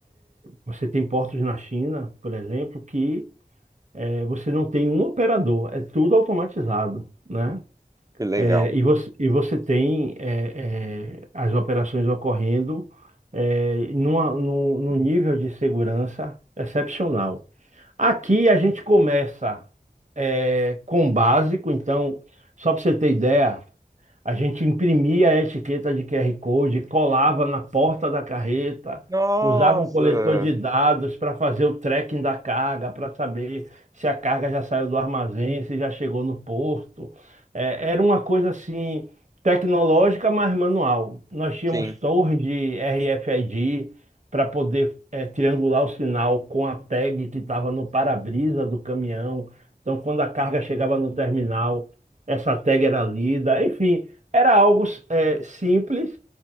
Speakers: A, on the right; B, on the right.
A: Você tem portos na China, por exemplo, que é, você não tem um operador, é tudo automatizado, né?
B: Que legal.
A: É, e você, e você tem é, é, as operações ocorrendo é, numa, num, num nível de segurança excepcional. Aqui a gente começa é, com o básico, então, só para você ter ideia, a gente imprimia a etiqueta de QR Code, colava na porta da carreta,
B: Nossa!
A: usava um coletor de dados para fazer o tracking da carga, para saber se a carga já saiu do armazém, se já chegou no porto. É, era uma coisa assim tecnológica, mas manual. Nós tínhamos
B: Sim,
A: torres de RFID para poder é, triangular o sinal com a tag que estava no para-brisa do caminhão. Então, quando a carga chegava no terminal, essa tag era lida, enfim. Era algo é, simples,